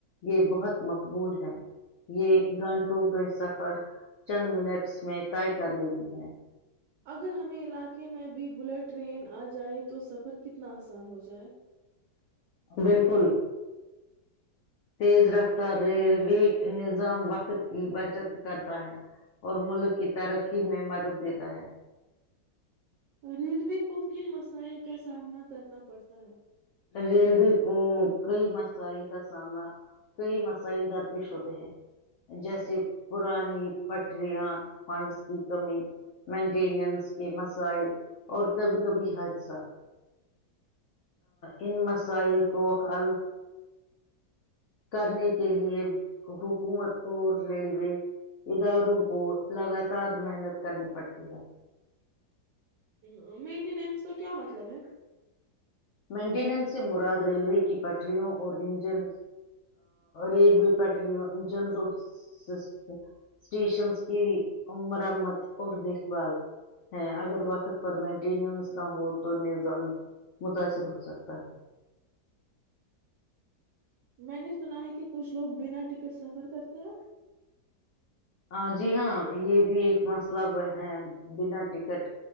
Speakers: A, on the left; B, on the right.
A: یہ بہت مقبول ہے یہ گھنٹوں کے س پر چند منٹس میں طے کر لیتی ہیں
B: اگر ہمیں علاقے میں بھی بلٹ ٹرین آ جائے تو سفر کتنا آسان ہو جائے
A: بالکل تیز رفتار ریلوے نظام وقت کی بچت کرتا ہے اور ملک کی ترقی میں مدد دیتا ہے
B: ریلو کوک کن مسائل کا سامنا کرنا پڑتا ہے
A: ریلوے کو کئی مسائل کا سامنا کئی مسائل در پیش ہوتے ہیں جیسے پرانی پٹریاں فنڈس کی کمی مینٹیننس کے مسائل اور کبھی کبھی حادثات ان مسائل کو حل کرنے کے لیے حکومت اور ریلوے اداروں کو لگاتار محنت کرنی پڑتی ہے
B: ہ مینٹینینس کا کیا مطلب ہے
A: مینٹیننس سے مراد ریلوے کی پٹریوں اور انجن ریلوے پٹریوں انجن اور اسٹیشنس کی مرمت اور دیکھ بھال ہے اگر وقت پر مینٹیننس نہ ہو تو نظام متاثر ہو سکتا ہے
B: میں نے سنا ہے کہ کچھ لوگ بنا ٹکٹ سفر کرتے ہیں
A: ہاں جی ہاں یہ بھی ایک مسلب ہے بنا ٹکٹ